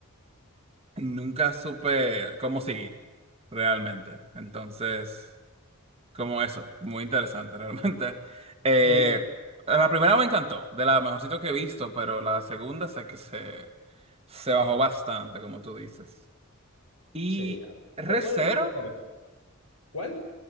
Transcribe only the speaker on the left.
Sí,
sí.
Pero igual anima a ver. ¿Cuál?